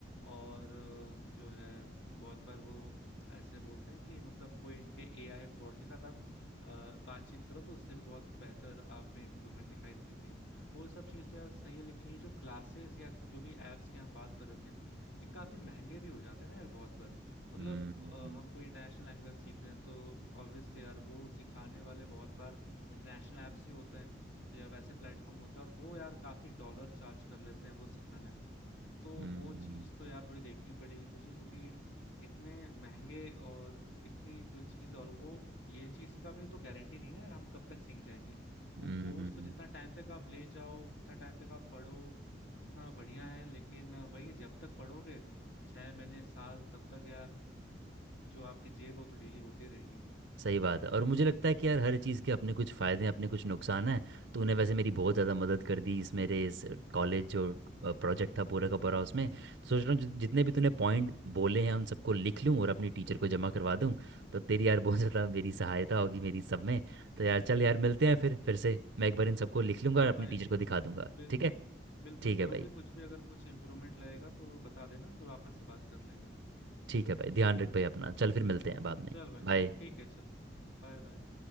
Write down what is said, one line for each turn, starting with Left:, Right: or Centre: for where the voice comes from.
Left: और अ, जो है बहुत बार वो ऐसे बोलते हैं कि मतलब कोई इनके एआई बॉट के साथ आप अ, बातचीत करो तो उससे भी बहुत बेहतर आप में इम्प्रूवमेंट दिखाई देती है वो सब चीज़ तो यार सही है लेकिन ये जो क्लासेस या कुछ- जो भी एप्स की हम बात कर रहे थे ये काफी महंगे भी हो जाते हैं ना यार बहुत बार मतलब
Right: हम्म
Left: अ,
Right: हम्म
Left: हम कोई इंटरनेशनल लैंग्वेज सीख रहे हैं तो ऑब्वियसली यार वो सिखाने वाले बहुत बार इंटरनेशनल ऐप्स ही होते हैं या वैसे प्लेटफॉर्म होते हैं और वो यार काफी डॉलर चार्ज कर लेते हैं वो सिखाने में तो
Right: हम्म,
Left: वो चीज तो यार थोड़ी देखनी पड़ेगी तुझे क्योंकि इतने महंगे और इतनी जो चीज और वो ये चीज का भी तो गारंटी नहीं ना यार हम कब तक सीख जाएंगे वो
Right: हम्म,
Left: कोर्स
Right: हम्म।
Left: तो जितना टाइम तक आप ले जाओ जितना टाइम तक आप पढ़ो उतना बढ़िया है लेकिन वही है, जब तक पढ़ोगे छह महीने साल तब तक यार जो आपकी जेब है वो तो डेली होती रहेगी
Right: सही बात है और मुझे लगता है कि यार हर चीज़ के अपने कुछ फ़ायदे हैं अपने कुछ नुकसान हैं तो उन्हें वैसे मेरी बहुत ज़्यादा मदद कर दी इस मेरे इस कॉलेज जो प्रोजेक्ट था पूरा का पूरा उसमें तो सोच रहा हूँ जि- जितने भी तूने पॉइंट बोले हैं उन सबको लिख लूँ और अपनी टीचर को जमा करवा दूँ तो तेरी यार बहुत ज़्यादा मेरी सहायता होगी मेरी सब में तो यार चल यार मिलते हैं फिर फिर से मैं एक बार इन सबको लिख लूँगा
Left: हाँ
Right: और अपनी
Left: भाई
Right: टीचर को दिखा दूंगा
Left: बिल्कुल
Right: ठीक है
Left: बिल्कुल
Right: ठीक है
Left: जो
Right: भाई
Left: भी कुछ भी अगर कुछ इम्प्रूवमेंट लगेगा तो बता देना फिर वापस से बात कर लेंगे
Right: ठीक है भाई ध्यान रख भाई अपना चल फिर मिलते हैं बाद में
Left: चल भाई
Right: बाय
Left: ठीक है चल Bye bye